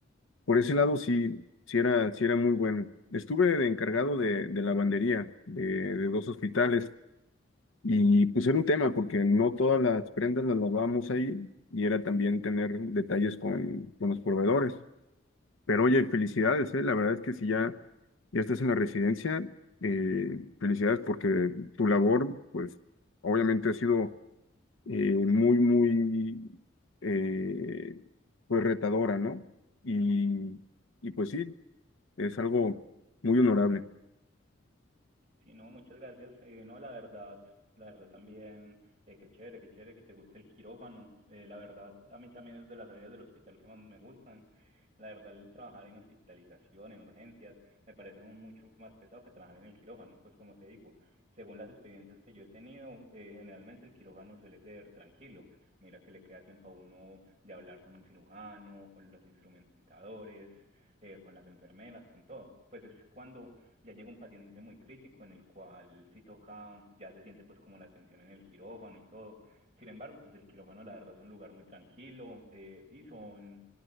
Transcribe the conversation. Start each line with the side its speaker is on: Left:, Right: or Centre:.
Left: Por ese lado sí, sí era, sí era muy bueno. Estuve de encargado de, de lavandería de, de dos hospitales y pues era un tema porque no todas las prendas las lavábamos ahí y era también tener detalles con, con los proveedores. Pero oye, felicidades, ¿eh? La verdad es que si ya, ya estás en la residencia, eh, felicidades porque tu labor, pues obviamente ha sido eh, muy, muy, eh, pues retadora, ¿no? Y, y pues sí. Es algo muy honorable.
Right: Sí, no, muchas gracias. Eh, no, la verdad, la verdad también, eh, qué chévere, qué chévere que te guste el quirófano. Eh, la verdad, a mí también es de las áreas del hospital que más me gustan. La verdad, el trabajar en hospitalización, en urgencias, me parece un mucho más pesado que trabajar en el quirófano, pues como te digo. Según las experiencias que yo he tenido, eh, generalmente el quirófano suele ser tranquilo. Mira que le queda tiempo a uno de hablar con un cirujano, con los instrumentadores, eh, con las enfermeras, con todo. Pues es cuando ya llega un paciente muy crítico en el cual si toca, ya se siente pues como la tensión en el quirófano y todo. Sin embargo, pues el quirófano la verdad es un lugar muy tranquilo eh, y son